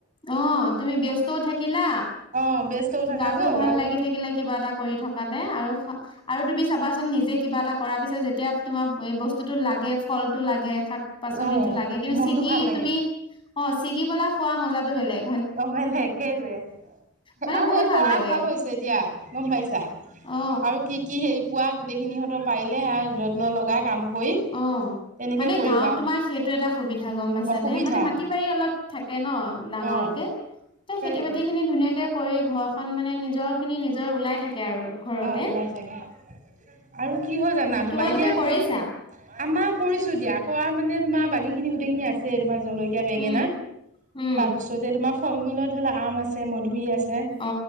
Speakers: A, on the left (about 25°); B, on the right (about 35°).
A: অ তুমি ব্যস্তও থাকিলা
B: অ', ব্যস্তও থাকা
A: গাটোও
B: গ'ল
A: ভাল
B: আৰু
A: লাগি থাকিলে কিবা এটা কৰি থক বাদে আৰু আৰু তুমি চাবাচোন নিজে কিবা এটা কৰাৰ পিছত যেতিয়া তোমাৰ কৈ বস্তুতো লাগে ফল টো লাগে শাক পাচলিটো
B: অ',
A: লাগে কিন্তু
B: মনটো
A: ছিগি
B: ভাল লাগে
A: তুমি খা অ ছিগিবেলা খোৱা মাজাতো বেলেক
B: অ বেলেগ সেইটোয়ে
A: মানে
B: আৰু
A: বহুত
B: সেই কৰা
A: লাগে
B: ভাল হৈছে দিয়া গম পাইছা
A: অ
B: আৰু কি কি হেৰি পোৱা গোটেইখিনিহঁত পাৰে যত্ন লগাই কাম কৰি
A: অ
B: তেনেকে
A: মানে
B: কৰিবা
A: গাঁৱত তোমাৰ সেইটো এটা সুবিধা গম পাইছানে
B: অসুবিধা
A: মানে মাটি বাৰী অলপ থাকে ন ডাঙৰকে
B: অ'।
A: যে
B: সেইটোৱে।
A: খেতি বাতি খিনি ধুনীয়াকে কৰি ঘৰ খন মানে নিজৰ খিনি নিজৰ ওলাই থাকে কে আৰু ঘৰতে
B: অ', ওলাই থাকে আৰু কি হয় জানা তোমা
A: তোমালোকে
B: এতিয়া কথাটো
A: কৰিছা
B: আমাৰ কৰিছো দিয়া খোৱা মানে তোমাৰ বাকী খিনি গোটেই খিনি আছে তোমাৰ জলকীয়া বেঙেনা
A: উম উম
B: তাৰপিছতে তোমাৰ ফল মূলৰ ধলে আম আছে মধুৰি আছে
A: অ